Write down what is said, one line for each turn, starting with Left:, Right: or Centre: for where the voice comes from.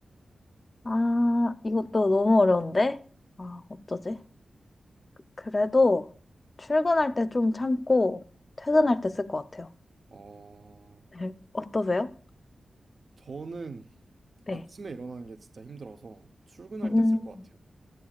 Left: 아, 이것도 너무 어려운데? 아, 어쩌지? 그래도 출근할 때 좀 참고 퇴근할 때 쓸 것 같아요.
Right: 어,
Left: 네. <laughs> 어떠세요?
Right: 저는
Left: 네.
Right: 아침에 일어나는 게 진짜 힘들어서 출근할
Left: 음,
Right: 때 쓸 것 같아요.